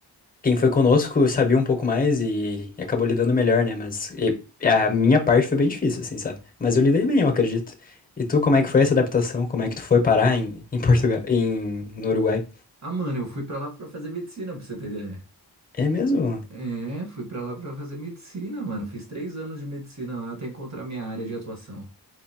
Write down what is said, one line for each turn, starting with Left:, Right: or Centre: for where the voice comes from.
Left: quem foi conosco sabia um pouco mais e, e acabou lidando melhor, né? Mas e- e a minha parte foi bem difícil, assim, sabe? Mas eu lidei bem, eu acredito. E tu, como é que foi essa adaptação? Como é que tu foi parar em, em Portugal, em, no Uruguai?
Right: Ah, mano, eu fui pra lá pra fazer medicina, pra você ter ideia.
Left: É mesmo?
Right: É, fui pra lá pra fazer medicina, mano. Fiz três anos de medicina lá até encontrar minha área de atuação.